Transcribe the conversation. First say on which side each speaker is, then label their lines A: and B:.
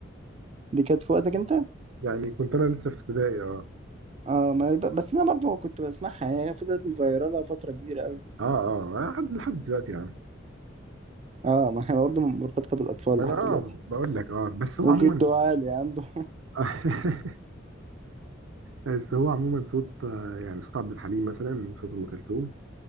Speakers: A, on the right; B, on the right.
A: دي كانت في وقتك انت
B: يعني كنت أنا لسه في ابتدائي آه
A: اه ما يبقى- بس انا برضو كنت بسمعها يعني هي فضلت مفيرالة فترة كبيرة قوي
B: اه اه آه، لحد لحد دلوقتي يا عم
A: اه ما هي برضو مرتبطة بالاطفال
B: ما
A: لحد
B: انا اه
A: دلوقتي
B: بقول لك اه بس هو
A: وجده
B: عموما
A: عالي عنده <laughs>
B: <laughs> بس هو عموما صوت آه، يعني صوت عبد الحليم مثلا صوت ام كلثوم